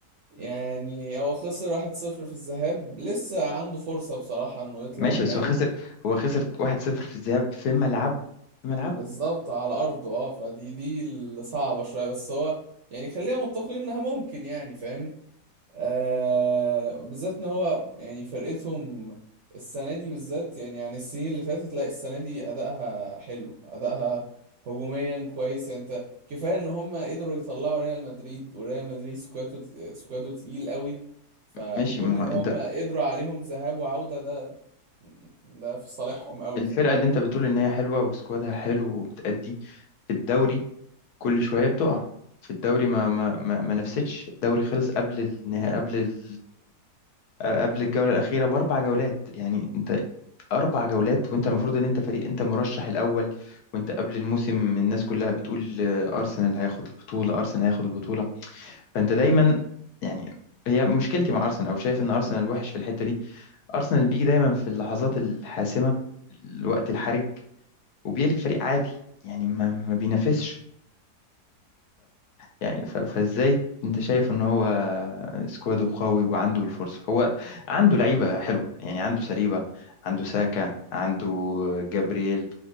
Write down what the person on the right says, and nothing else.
يعني هو خسر واحد صفر في الذهاب لسه عنده فرصة بصراحة انه يطلع
نهائي
بالظبط على ارضه اه فدي دي اللي صعبة شوية بس هو يعني خلينا متفقين انها ممكن يعني فاهم آه بالذات ان هو يعني فرقتهم السنه دي بالذات يعني عن السنين اللي فاتت لا السنه دي ادائها حلو ادائها هجوميا كويس يعني انت كفايه ان هم قدروا يطلعوا ريال مدريد وريال مدريد سكواده سكواده تقيل قوي فكون
ان
هم قدروا عليهم ذهاب وعوده ده ده في صالحهم قوي
فاهم
مم.
مم.